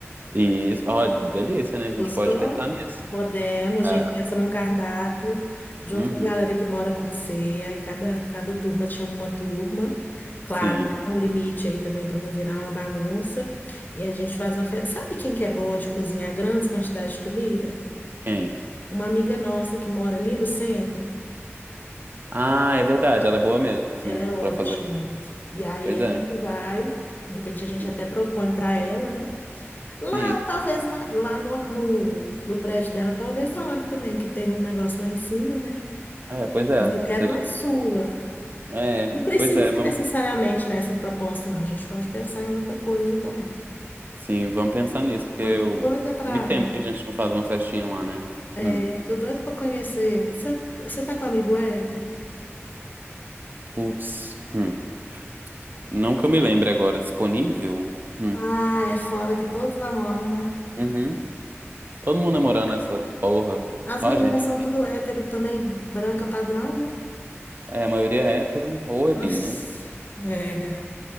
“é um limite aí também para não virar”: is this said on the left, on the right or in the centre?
Left